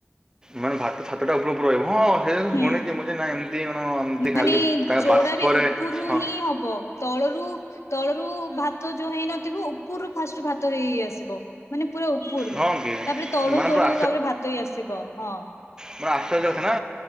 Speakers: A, on the right; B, on the left.
A: ମାନେ ଭାତ ସାତଟା ଉପରୁ ଉପରୁ ରହିବ। ହଁ ସେ
B: ହୁଁ
A: ଶୁଣିଛି ମୁଁ ନା ଏମିତି କଣ ଏମତି
B: ମାନେ
A: ଖାଲି ତା
B: ଯୋଉଡା
A: ବାଷ୍ପରେ
B: ବି ଉପରରୁ
A: ହଁ।
B: ହିଁ ହବ ତଳରୁ ତଳରୁ ଭାତ ଭାତ ଯୋଉ ହେଇନଥିବ ଉପରୁ ଫାଷ୍ଟ ଭାତ ହେଇ ହେଇ ଆସିବ ମାନେ ପୁରା ଉପରରୁ
A: ହଁ କି
B: ତାପରେ ତଳୁ
A: ମାନେ
B: ତଳୁ
A: ପୁରା
B: ତାପରେ ଭାତ ହେଇ ଆସିବ ହଁ।
A: ମୋରେ ଆଶ୍ଚର୍ଯ୍ୟ କଥା ନା